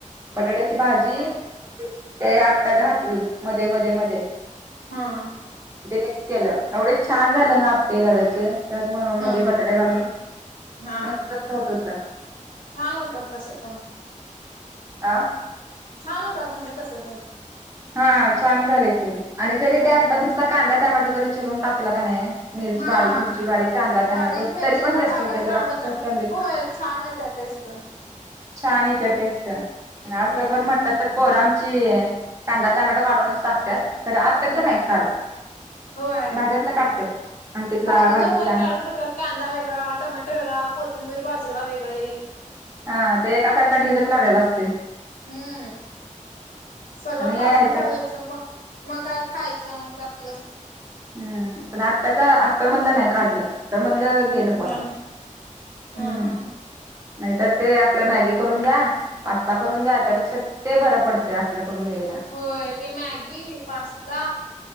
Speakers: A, on the right; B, on the left.
A: बटाट्याची भाजी ते आप्यात घातली मध्ये मध्ये मध्ये.
B: हम.
A: इथे मिक्स केलं एवढे छान झाले ना आपे रव्याचे. त्यात म मध्ये
B: हा
A: बटाटे घालून
B: हा
A: मस्त होत होता.
B: छान होतात तसे पण.
A: आ.
B: छान होतात म्हणलं तसं पण.
A: हा छान झाले की आणि जरी
B: हम
A: त्या नुसता कांदा टॅमॅटो जरी चिरून टाकला का नाही मिरची
B: हा
A: बारीक मिरची बारीक कांदा टमॅटो
B: बारीक मिरची
A: तरी
B: जरा
A: पण बेस्ट
B: टाकायची
A: होते जरा
B: कांदा
A: कोथंबीर
B: टा होय
A: <inaudible>
B: छान आहे त्या टेस्ट
A: छान येत टेस्ट असं
B: होय
A: पण म्हटलं तर पोर आमची कांदा टमॅटो काढूनच टातात खरं आप्यातलं
B: हम्म
A: नाहीक काढत
B: होय
A: भाज्यातला काढतात आमटीतला
B: भाजीतलं
A: भाजीतला
B: होय काढून टाकत कांदा वेगळा टमॅटो वेगळा कोथिंबीर बाजूला वेगळे
A: हा ते एका साइडला ढिगच लावलेला असतोय
B: हम्म सगळं
A: पण ह्याच्यात
B: काढून ठेवायचं मग मग काय खायचं मग त्यातलं
A: हम्म पण आप्याचा आप्यामधलं नाही काढलं आप्यामधलं गेल पोटात
B: हा हा
A: हम् नाहीतर ते आपल्या मॅगी करून द्या पास्ता करून द्या त्यापेक्षा ते बरं पडतंय असल्या करून द्यायला
B: होय ते मॅगी, पास्ता